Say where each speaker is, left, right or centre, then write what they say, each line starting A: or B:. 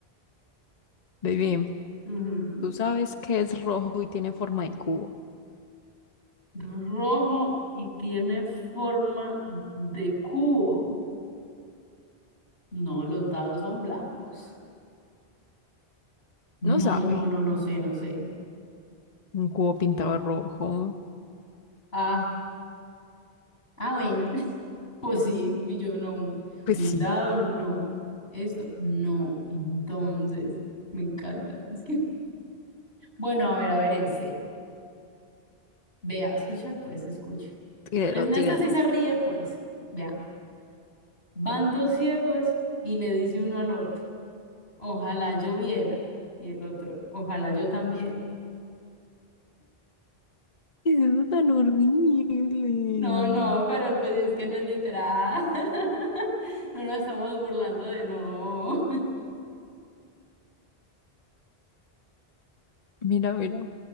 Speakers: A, on the left (about 40°); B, on the left (about 85°).
A: Ve bien,
B: Ujú.
A: ¿tú sabes qué es rojo y tiene forma de cubo?
B: Rojo y tiene forma de cubo. No, los dados son blancos. No,
A: No sabe.
B: no, no, no sé, no sé.
A: Un cubo pintado de rojo.
B: Ah, ah, bueno. <laughs> Pues sí, y yo no, un,
A: Pues
B: un
A: sí,
B: dado, no. Esto, no. Entonces, me encanta. Es que, bueno, a ver, a ver, este. Vea, escucha, pues, escuche.
A: tírelo,
B: Pero en
A: tírelo.
B: esta sí se ríe, pues. Vea, van dos ciegos y le dice uno al otro, ojalá yo viera. Y el otro, ojalá yo también.
A: Eso es tan horrible.
B: No, no, pero pues es que no es literal. <laughs> No nos estamos burlando de no.
A: Mira, mira.